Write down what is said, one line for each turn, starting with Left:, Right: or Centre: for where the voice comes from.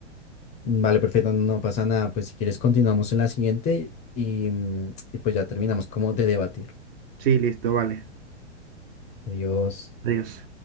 Left: Vale, perfecto, no no pasa nada. Pues si quieres continuamos en la siguiente y, mm, y pues ya terminamos como de debatir.
Right: Sí, listo, vale.
Left: Adiós.
Right: Adiós.